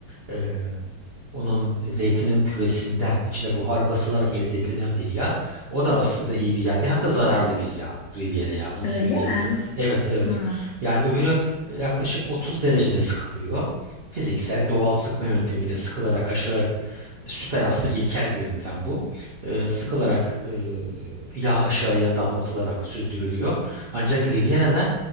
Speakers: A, on the right; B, on the left.
A: e, onun e, zeytinin püresinden içine buhar basılarak elde edilen bir yağ. O da aslında iyi bir yağ değil, hatta zararlı bir yağ. Riviera yağı onu
B: Öyle
A: söyleyebilirim.
B: mi?
A: Evet evet.
B: Hı.
A: Yani öbürü e, yaklaşık 30 derecede sıkılıyor fiziksel doğal sıkma yöntemiyle sıkılarak aşağı Süper aslında ilkel bir yöntem bu. Ee, sıkılarak e, yağ aşağıya damlatılarak süzdürülüyor. Ancak Riviera'da